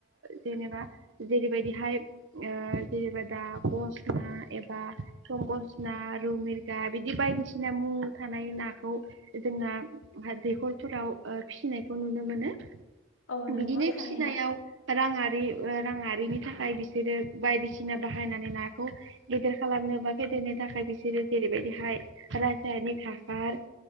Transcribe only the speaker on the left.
औ नंगौ
थारैनो